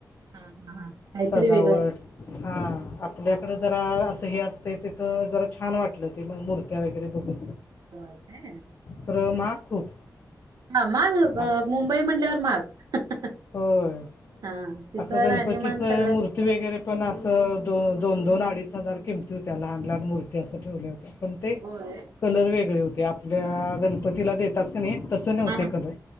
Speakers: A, on the right; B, on the left.
A: हा हा हा काहीतरी
B: सजावट,
A: वेगळं
B: हा. आपल्याकडं जरा, असं हे असतय, तिथं जरा छान वाटलं. ते मग मूर्त्या वगैरे बघून
A: हो <unintelligible>
B: खर महाग खूप
A: हा महाग,
B: असं
A: मुंबई म्हणल्यावर महाग
B: होय,
A: हा तिथं
B: असं गणपतीच
A: राहणीमान
B: मूर्ती
A: सगळं
B: मूर्ती वगैरे पण असं, दोन दोन-दोन, अडीच हजार किमती होत्या, लहान लहान मूर्ती असं ठेवल्या होत्या. पण ते,
A: होय.
B: कलर वेगळे होते, आपल्या गणपतीला देतात नाही तस नव्हते
A: हा हा
B: कलर,